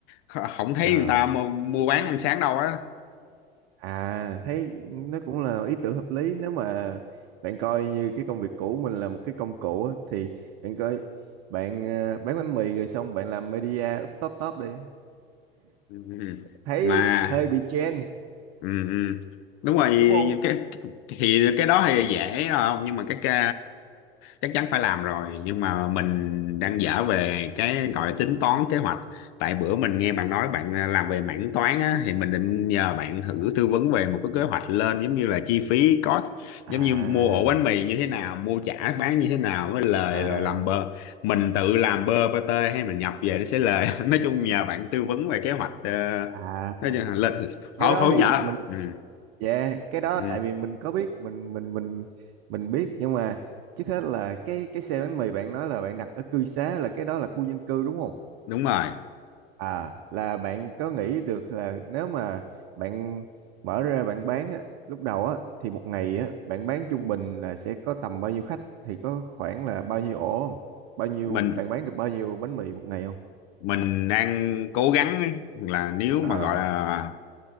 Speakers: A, on the left; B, on the right.
A: kh- không thấy
B: à
A: người ta mua, mua bán ăn sáng đâu á
B: à thấy nó cũng là ý tưởng hợp lý nếu mà bạn coi như cái công việc cũ mình là một cái công cụ á thì bạn coi bạn ờ, bán bánh mì rồi xong bạn làm media up top top đi
A: Ừ.
B: thấy
A: mà
B: hơi bị trend
A: Ừ, ừ. đúng rồi thì
B: đúng không
A: cái thì cái đó thì dễ không nhưng mà cái, cái chắc chắn phải làm rồi nhưng mà mình đang dở về cái gọi là tính toán kế hoạch tại bữa mình nghe bạn nói bạn ờ, làm về mảng toán á, thì mình định nhờ bạn thử tư vấn về một cái kế hoạch lên giống như là chi phí cost giống
B: à
A: như mua ổ bánh mì như thế nào mua chả bán như thế nào với lời
B: à
A: rồi làm bơ mình tự làm bơ pate hay mình nhập về nó sẽ lời <laughs> nói chung nhờ bạn tư vấn về kế hoạch ờ,
B: à
A: nói chung là lên hỗ
B: cái đó
A: hỗ
B: thì
A: trợ
B: mình
A: ừ,
B: dạ cái đó
A: ừ,
B: tại vì mình có biết mình mình mình mình biết nhưng mà trước hết là cái cái xe bánh mì bạn nói là bạn đặt ở cư xá là cái đó là khu dân cư đúng không
A: đúng rồi
B: à là bạn có nghĩ được là nếu mà bạn mở ra bạn bán á, lúc đầu á thì một ngày á bạn bán trung bình là sẽ có tầm bao nhiêu khách thì có khoảng là bao nhiêu ổ không bao nhiêu
A: mình
B: bạn bán được bao nhiêu bánh mì một ngày không
A: mình đang cố gắng là nếu mà
B: à
A: gọi là